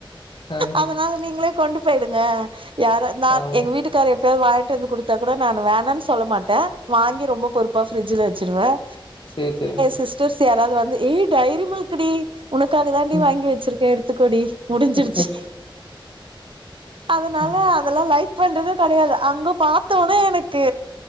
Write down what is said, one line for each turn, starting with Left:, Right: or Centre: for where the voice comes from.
Left: அ
Right: அதனால நீங்களே கொண்டு போயிடுங்க யார நான்
Left: ஆமா.
Right: எங்க வீட்டுக்கார எப்பயாவது வாயிங்கி இருந்து கொடுத்தா கூட நான் வேணான்னு சொல்ல மாட்டேன் வாங்கி ரொம்ப பொறுப்பா ஃபிரிட்ஜூல வெச்சுடுவேன்
Left: சேர் சேரிங்க
Right: சிஸ்டர்ஸ் யாராது வந்து ஏய் டைரி மில்குடி உனக்காக தாண்டி
Left: ம்.
Right: வாங்கி வச்சிருக்கே எடுத்துகோடி முடிஞ்சிருச்சு
Left: அ
Right: அதனால
Left: ம்.
Right: அதெல்லா லைட் பண்றது கெடையாது அங்க பாத்த னே எனக்கு